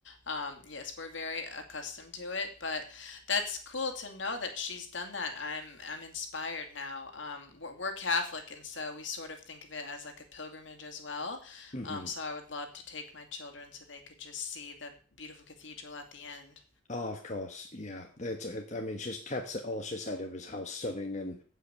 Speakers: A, on the left (about 65°); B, on the left (about 35°).
A: um, yes, we're very accustomed to it, but that's cool to know that she's done that. I'm I'm inspired now. Um, we're, we're Catholic, and so we sort of think of it as like a pilgrimage as well.
B: hmm
A: Um, so I would love to take my children so they could just see the beautiful cathedral at the end.
B: Oh, of course. Yeah. It's, it, I mean, she's kept it all. She said it was how stunning and